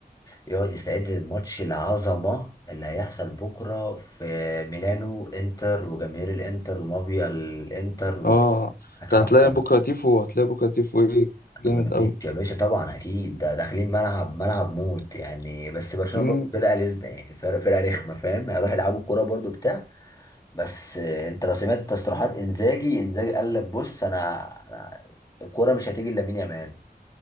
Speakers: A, on the left; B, on the left.
A: يقعد يستعد للماتش العظمة اللي هيحصل بكرة في ميلانو انتر وجماهير الانتر ومافيا الانتر و...
B: اه
A: هتشوف
B: انت هتلاقي
A: عمرهم.
B: بكره تيفو هتلاقي بكره تيفو ايه جامد
A: مفيش
B: قوي
A: يا باشا طبعا اكيد ده داخلين ملعب ملعب موت يعني بس برشلونة
B: امم
A: برضه بدأ لزنة يعني فرقة فرقة رخمة فاهم هيروح يلعبوا الكورة برضه بتاع بس آه، انت لو سمعت تصريحات انزاجي انزاجي قال لك بص انا انا الكوره مش هتيجي لامين يامال